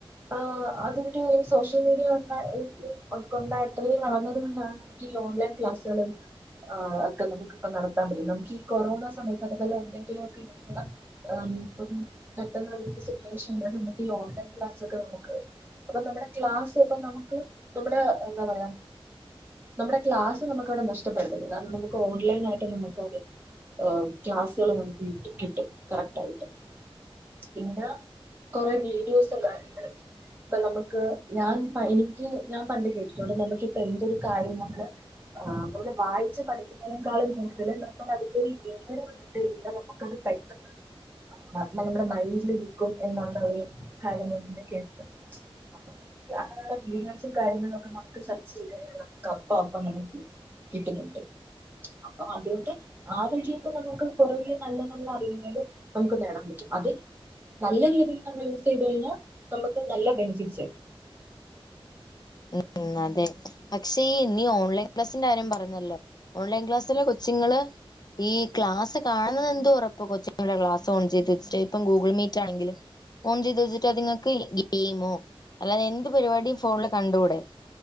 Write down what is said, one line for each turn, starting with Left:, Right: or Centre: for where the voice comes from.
Right: ആ അത് സോഷ്യൽ മീഡിയ ഉം ഉം കൊണ്ടിത്രം വളർന്നതിന്നാണ് ഈ ഓൺലൈൻ ക്ലാസുകള് ഒക്കെ ആ നമുക്ക് ഇപ്പോ നടത്താൻ പറ്റുന്ന നമുക്കീ കൊറോണ സമയത്തൊക്കെ തന്നെ എന്തെങ്കിലുമൊക്കെ അ എം പെട്ട സിറ്റ്വഷന് നമക്കീ ഓൺലൈൻ ക്ലാസൊക്കെ നമുക്ക് അപ്പൊ നമ്മടെ ക്ലാസ്സ് ഇപ്പ നമുക്ക് നമ്മുടെ എന്താ പറയാ നമ്മടെ ക്ലാസ്സ് നമുക്കവിടെ നഷ്ടപ്പെടത്തില്ല കാരണം നമുക്ക് ഓൺലൈൻ ആയിട്ട് നമുക്ക് അത് ആ ക്ലാസുകൾ നമുക്ക് കിട്ടും കറക്ടായിട്ട് പിന്നെ കൊറെ വീഡിയോസും കാര്യങ്ങള് ഇപ്പൊ നമക്ക് ഞാൻ എനിക്ക് ഞാൻ പണ്ട് കേട്ടിട്ടുണ്ട് നമുക്കിപ്പ എന്തൊരു കാര്യം നമ്മള് നമ്മള് വായിച്ച് പഠിക്കുന്നതിനേക്കാളും കൂടുതൽ നമ്മള് അതിന്റെ ഒരു വെവര ഉണ്ട് നമുക്ക്ത് പെട്ടെന്ന് നമ്മുടെ മൈൻഡ നിും എന്നാണ് അവ കാര്യങ്ങൾെ കേടട്ടത് അപ്പൊ അങ്ങനെയുള്ള വീഡിയോസും കാര്യങ്ങളും ഒക്കെ നമുക്ക് സെർച്ച് ചെയ്യാൻ നമുക്ക് അപ്പോ അപ്പോ നമുക്ക് കിട്ടുന്നുണ്ട് അപ്പൊ അതുകൊണ്ട് ആ വഴിയൊക്കെ നമുക്ക് കുറേ നല്ല നല്ല അറിവുകള് നമുക്ക് നേടാൻ പറ്റും അത് നല്ല രീതിയിൽ നമ്മൾ യൂസ് ചെയ്ത് കഴിഞ്ഞാൽ നമുക്ക് നല്ല ബെനിഫിറ്റ്സ് കിട്ടും
Left: ഉം ഉം അതെ പക്ഷേ ഈ ഇന്നീ ഓൺലൈൻ ക്ലാസിന്റെ കാര്യം പറഞ്ഞല്ലോ ഓൺലൈൻ ക്ലാസ് ചില കൊച്ചുങ്ങള് ഈ ക്ലാസ് കാണുന്ന് എന്ത് ഉറപ്പ് ഇപ്പൊ കൊച്ച് ക്ലാസ് ഓൺ ചെയ്ത് വെച്ചിട്ട് ഇപ്പ ഗൂഗിൾ മീറ്റ് ആണെങ്കില് ഓൺ ചെയ്ത് വെച്ചിട്ട് അതിങ്ങക്ക് ഗെയിമോ അങ്ങനെ എന്ത് പരിപാടീം ഫോണില് കണ്ടൂടെ